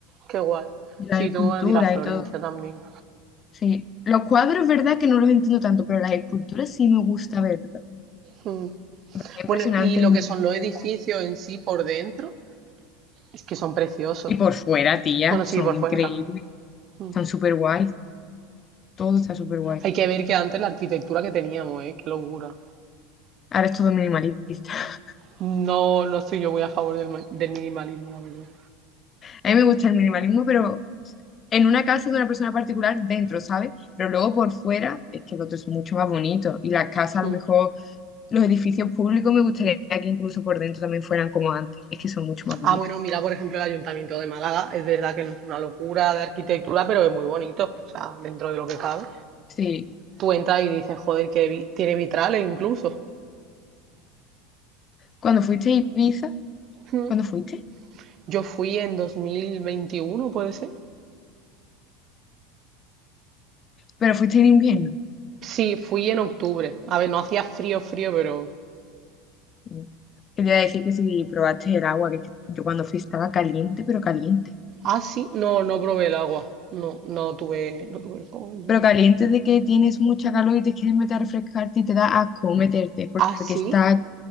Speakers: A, on the right; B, on the left.
A: qué guay.
B: Y las
A: Sí,
B: esculturas
A: tengo que ir a Florencia
B: y todo.
A: también.
B: Sí. Los cuadros, verdad que no los entiendo tanto, pero las esculturas sí me gusta verlos.
A: Mm.
B: Me parecía impresionante
A: Bueno, y lo
B: el
A: que
B: nivel
A: son los
B: de
A: edificios
B: detalle.
A: en sí por dentro, es que son preciosos.
B: Y por fuera, tía,
A: Bueno,
B: son
A: sí, por
B: increíbles,
A: fuera también. Mm.
B: están súper guays, todo está súper guay.
A: Hay que ver que antes la arquitectura que teníamos, ¿eh? Qué locura.
B: Ahora es todo minimalista. <laughs>
A: No, no estoy yo muy a favor del, ma- del minimalismo, la verdad.
B: A mí me gusta el minimalismo, pero en una casa de una persona particular dentro, ¿sabes? Pero luego por fuera es que el otro es mucho más bonito. Y las casas, a
A: Mm.
B: lo mejor, los edificios públicos, me gustaría que incluso por dentro también fueran como antes. Es que son mucho más bonitos.
A: Ah, bueno, mira, por ejemplo, el Ayuntamiento de Málaga, es verdad que no es una locura de arquitectura, pero es muy bonito, o sea, dentro de lo que cabe.
B: Sí.
A: Tú entras y dices, joder, que vi- tiene vitrales incluso.
B: Cuando fuiste a Ibiza,
A: Mm.
B: ¿cuándo fuiste?
A: Yo fui en 2021, ¿puede ser?
B: Pero fuiste en invierno.
A: Sí, fui en octubre. A ver, no hacía frío, frío, pero...
B: Mm. Quería decir que si probaste el agua, que yo cuando fui estaba caliente, pero caliente.
A: Ah, sí, no, no probé el agua. No, no tuve, no tuve coño.
B: Pero caliente de que tienes mucha calor y te quieres meter a refrescarte y te da asco meterte, porque
A: Ah, sí.
B: está